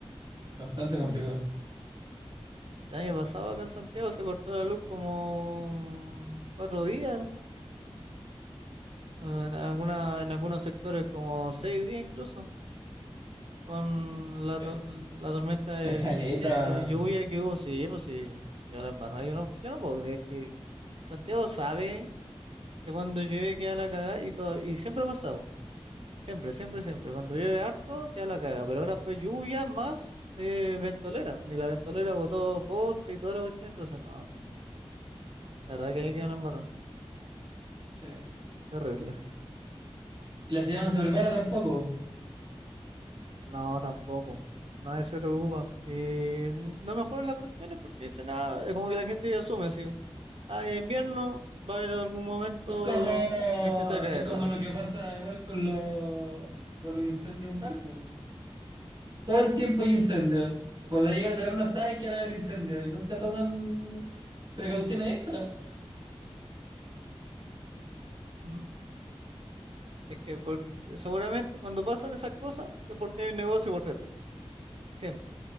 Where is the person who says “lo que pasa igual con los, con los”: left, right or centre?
Right